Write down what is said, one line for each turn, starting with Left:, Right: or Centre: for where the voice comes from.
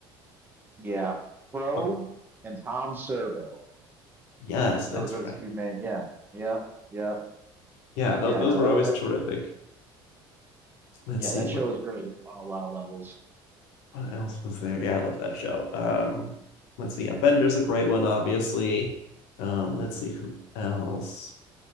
Right: yeah. Pro
Left: Oh,
Right: and Tom Servo.
Left: yes, that's
Right: Those were the
Left: right.
Right: two main. Yeah, yeah, yeah,
Left: Yeah, those
Right: yeah.
Left: those
Right: No,
Left: were
Right: that
Left: always
Right: that
Left: terrific. Let's
Right: yeah,
Left: see
Right: that
Left: what
Right: show was great on a lot of levels.
Left: what else was there. Yeah, I love that show. Um, let's see. Yeah, Bender's a great one, obviously. Um, let's see who else.